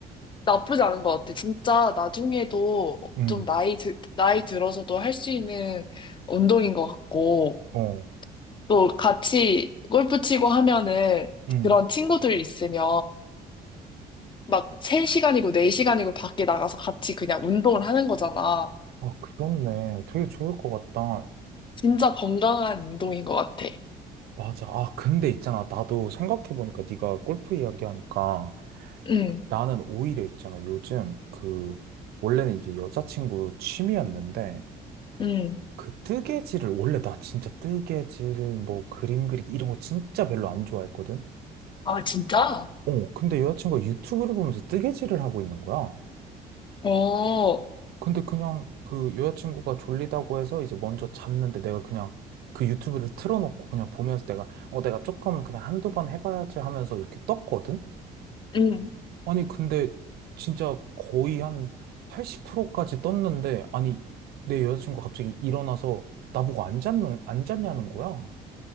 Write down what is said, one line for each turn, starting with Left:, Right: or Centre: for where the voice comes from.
Left: 나쁘지 않은 것 같아. 진짜 나중에도
Right: 응,
Left: 좀 나이, 드, 나이 들어서도 할 수 있는 운동인 것 같고
Right: 어,
Left: 또 같이 골프 치고 하면은
Right: 응.
Left: 그런 친구들 있으면 막 3시간이고 4시간이고 밖에 나가서 같이 그냥 운동을 하는 거잖아.
Right: 아, 그렇네. 되게 좋을 것 같다.
Left: 진짜 건강한 운동인 것 같아.
Right: 맞아. 아, 근데 있잖아. 나도 생각해보니까 네가 골프 이야기하니까
Left: 응,
Right: 나는 오히려 있잖아. 요즘 그, 원래는 이게 여자친구 취미였는데
Left: 응.
Right: 그 뜨개질을 원래 나 진짜 뜨개질 뭐 그림 그리기 이런 거 진짜 별로 안 좋아했거든.
Left: 아, 진짜?
Right: 어, 근데 여자친구가 유튜브를 보면서 뜨개질을 하고 있는 거야.
Left: 어,
Right: 근데 그냥 그 여자친구가 졸리다고 해서 이제 먼저 잤는데 내가 그냥 그 유튜브를 틀어놓고 그냥 보면서 내가 어 내가 조금 그냥 한두 번 해봐야지 하면서 이렇게 떴거든?
Left: 응.
Right: 아니 근데 진짜 거의 한 80%까지 떴는데 아니 내 여자친구가 갑자기 일어나서 나보고 안 잤는 안 잤냐는 거야.